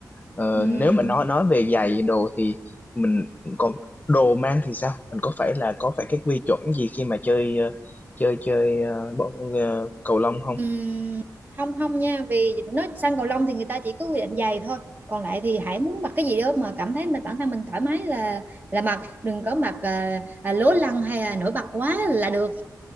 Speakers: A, on the left (about 25°); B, on the right (about 25°).
A: Ờ,
B: Ừm,
A: nếu mà nói nói về giày đồ thì mình còn đồ mang thì sao mình có phải là có phải cái quy chuẩn gì khi mà chơi ờ, chơi chơi ờ, bóng ờ, cầu lông không
B: ừm, không không nha vì nói sang cầu lông thì người ta chỉ có quy định giày thôi còn lại thì Hải muốn mặc cái gì đó mà cảm thấy mình bản thân mình thoải mái là là mặc đừng có mặc à, à, lố lăng hay là nổi bật quá là được